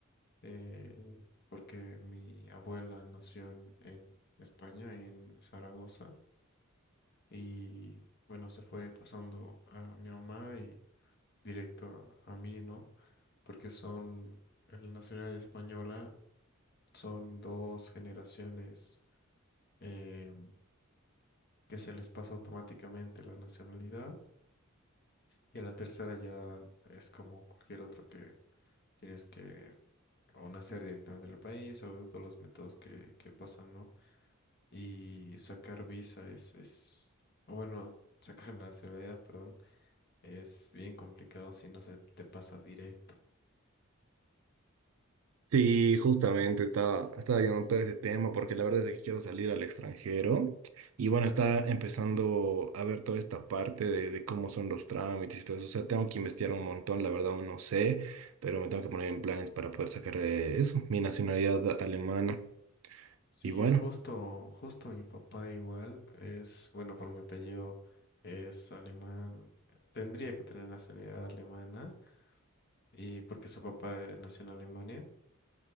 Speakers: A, on the left; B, on the right.
A: eh, porque mi abuela nació en, en España, en Zaragoza, y bueno, se fue pasando a mi mamá y directo a, a mí, ¿no? Porque son, en la nacionalidad española Son dos generaciones eh, que se les pasa automáticamente la nacionalidad y a la tercera ya es como cualquier otro que tienes que o nacer directamente en el país o todos los métodos que, que pasan, ¿no? Y sacar visa es, es, o bueno, sacar <laughs> nacionalidad, perdón, es bien complicado si no se te pasa directo.
B: Sí, justamente estaba, estaba viendo todo ese tema porque la verdad es que quiero salir al extranjero y bueno, está empezando a ver toda esta parte de, de cómo son los trámites y todo eso. O sea, tengo que investigar un montón, la verdad aún no sé, pero me tengo que poner en planes para poder sacar eh, eso, mi nacionalidad alemana.
A: Sí,
B: Y bueno.
A: justo, justo mi papá igual es, bueno, por mi apellido es alemán, tendría que tener nacionalidad alemana y porque su papá eh, nació en Alemania